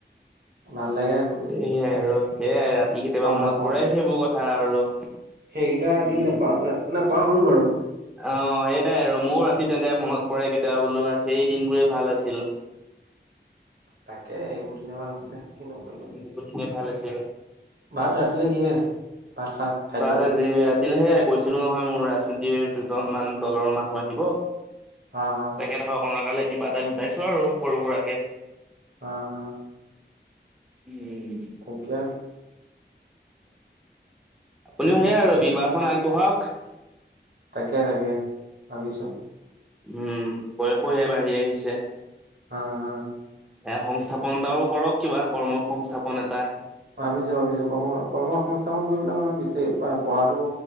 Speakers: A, on the right; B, in the centre.
A: ভাল লাগে আৰু
B: সেৱাই আৰু সেইয়াই ৰাতি কেতিয়াবা মনত
A: নাপাওঁ
B: পৰে সেইবোৰ কথা আৰু
A: সেইকেইটা
B: উম
A: দিন নাপাওঁ ন নাপাহৰো বাৰু
B: অ সেইয়াই আৰু মোৰ ৰাতি তেন্তে মনত পৰে কেতিয়াবা বোলো সেই দিন বোৰে ভাল আছিল।
A: তাকে এইবোৰ দিনে ভাল আছিলে কি নো কৰিম।
B: বহু দিনে ভাল আছিল।
A: ভাত ৰান্ধিলে কিহে ভাত সাজ। খাদ্যটো
B: ব আজি ৰাতিলেহে কৈছিলো নহয় মোৰ ৰাজনীতিৰ দুজন মান দলৰ মানুহ আহিব।
A: হা হা।
B: তেখেত কণ কালে কিবা এটা গোটাইছো আৰু সৰু হোৰাকে।
A: হম হম।
B: ওম,
A: <unintelligible>
B: আপুনিও সেয়াই আৰু বিবাহখন আগবঢ়াক।
A: তাকে তাকে ভাবিছো।
B: উম বয়সো সেয়া বাঢ়ি আহিছে।
A: হা হা,
B: এ সংস্থাপনটাও কৰক কিবা কৰ্ম সংস্থাপন এটা।
A: ভাবিছো ভাবিছো ক কৰ্ম সংস্থাপন কৰিবলৈ মানে বেছি পঢ়াটো।